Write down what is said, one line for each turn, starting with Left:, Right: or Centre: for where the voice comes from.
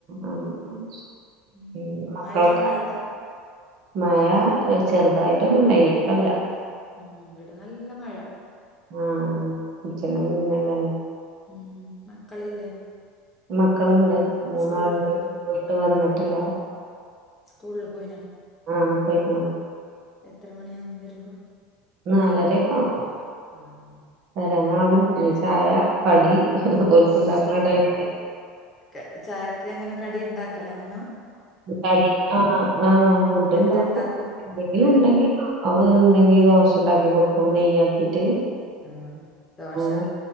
Right: ആഹ് ആഹ്
Left: ഉം
Right: ഏ മക്കളൊക്കെ
Left: മഴയുണ്ട അവിടെ
Right: മഴ ചെറുതായിട്ടൊന്നുണ്ടായിനി ഇപ്പല്ല
Left: ഉം ഇവിടെ നല്ല മഴ
Right: ആഹ് ഉച്ചൻ്റെ മുന്നണ്ടായിന്
Left: ഉം മക്കളില്ലേ
Right: മക്കളുണ്ട് മൂന്നാള്ണ്ട്
Left: സ്കൂളിൽ പോയിന
Right: പോയിട്ട് വന്നിട്ടില്ല
Left: സ്കൂള് പോയിന
Right: ആ പെയിക്കുണു
Left: എത്ര മണിയാവും വരുമ്പോ
Right: നാലരക്കാവും
Left: ഉം.
Right: വരാനാവണ് ഇഞ്ഞി ചായ കടി ഓൽക്ക്ണ്ടാക്കണ ടൈമായി
Left: ക്ക് ചായക്കെങ്ങനെ കടിണ്ടാക്കലാ എന്നും
Right: കളി ആഹ് ആഹ് ഫുഡ്ണ്ടാകും
Left: എന്തുണ്ടാക്കും
Right: എന്തെങ്കിലുണ്ടെങ്കിണ്ടാ
Left: കടി
Right: അവു ഉണ്ടെങ്കി ദോശണ്ടാക്കി കൊടുക്കും നെയ്യാക്കിട്ട്
Left: ആഹ് ദോശ
Right: ഏഹ്